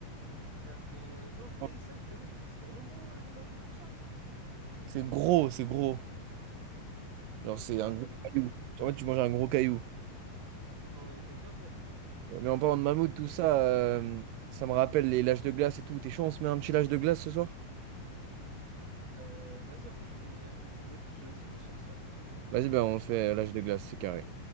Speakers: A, on the right; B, on the right.
A: Euh, non, j'ai- mais
B: Ouais.
A: ça, j'ai jamais goûté. C'est vraiment bon, euh, les mammouths, tout ça?
B: C'est gros, c'est gros. Genre, c'est un
A: Non, j'ai
B: gros
A: jamais goûté.
B: caillou. Genre, en fait, tu manges un gros caillou.
A: Ouais, t'aimes bien, toi, du coup.
B: Ouais, mais en parlant de mammouth, tout ça, euh, ça me rappelle les lâches de glace et tout. T'es chaud, on se met un petit lâche de glace ce soir?
A: Euh, vas-y, en plus, j'ai j'ai acheté Disney+, vas-y, go se faire ça.
B: Vas-y, ben, on se fait lâche de glace, c'est carré.